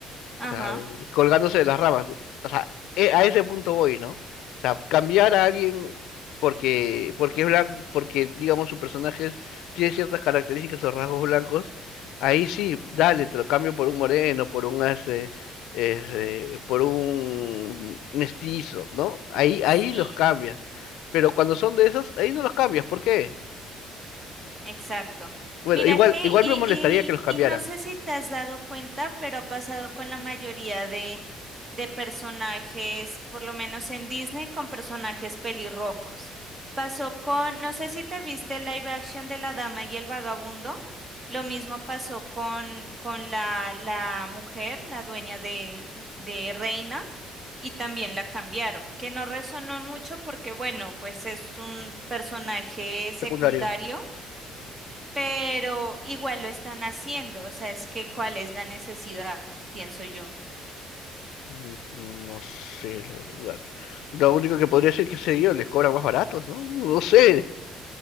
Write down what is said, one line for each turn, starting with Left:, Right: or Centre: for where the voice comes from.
Right: Ajá.
Left: O sea, colgándose de las ramas. ¿no? O sea, e- a ese punto voy, ¿no? O sea, cambiar a alguien porque, porque es blanco, porque, digamos, su personaje es- tiene ciertas características o rasgos blancos, ahí sí, dale, te lo cambio por un moreno, por un este, este, por un mestizo, ¿no? Ahí,
Right: Sí.
Left: ahí los cambias. Pero cuando son de esos, ahí no los cambias. ¿Por qué?
Right: Exacto.
Left: Bueno,
Right: Mira
Left: igual,
Right: que,
Left: igual
Right: y,
Left: me molestaría que los cambiaran,
Right: y, y no sé si te has dado cuenta, pero ha pasado con la mayoría de, de personajes, por lo menos en Disney, con personajes pelirrojos. Pasó con, no sé si te viste el live action de La Dama y el Vagabundo. Lo mismo pasó con, con la, la mujer, la dueña de, de Reina, y también la cambiaron, que no resonó mucho porque, bueno, pues es un personaje secundario
Left: secundario.
Right: pero igual lo están haciendo, o sea, es que cuál es la necesidad, pienso yo.
Left: Mm, No sé, la verdad. Lo único que podría decir que sé yo, les cobran más baratos, ¿no? No sé.